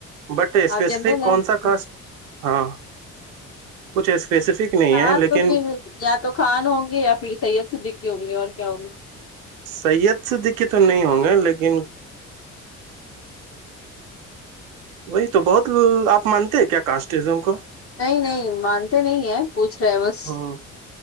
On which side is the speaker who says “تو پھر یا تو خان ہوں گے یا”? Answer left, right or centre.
Left